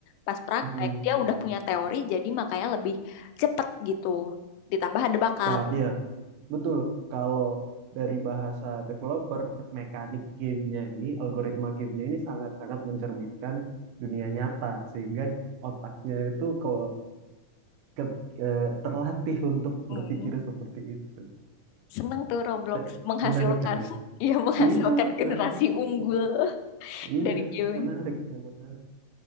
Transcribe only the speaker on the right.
mm-mm,
betul.
Ka- iya betul. Kalau dari bahasa developer, mekanik gamenya ini, algoritma gamenya ini sangat-sangat mencerminkan dunia nyata, sehingga otaknya itu ke, ke- eh, terlatih untuk
berpikir seperti itu.
Te-
Menarik kan
ya?
Iya, menarik.
Iya,
betul.
Iya,
menarik tuh, menarik.